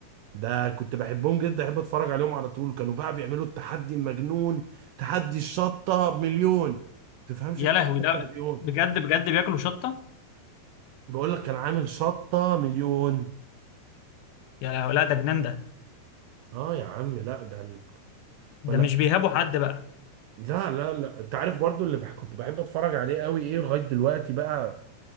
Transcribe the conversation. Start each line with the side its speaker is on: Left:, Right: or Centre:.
Right: ده كنت بحبهم جدا احب اتفرج عليهم على طول كانوا بقى بيعملوا التحدي المجنون تحدي الشطه بمليون تفهمش
Left: يا
Right: انت
Left: لهوي
Right: ايه شطه
Left: لا
Right: مليون
Left: بجد بجد بياكلوا شطة
Right: بقول لك كان عامل شطه مليون
Left: يا لهوي لا ده جنان ده
Right: اه يا عم لا ده ال-
Left: ده
Right: ولا
Left: مش بيهابوا حد بقى
Right: لا لا لا انت عارف برضو اللي بح... كنت بحب اتفرج عليه قوي ايه لغايه دلوقتي بقى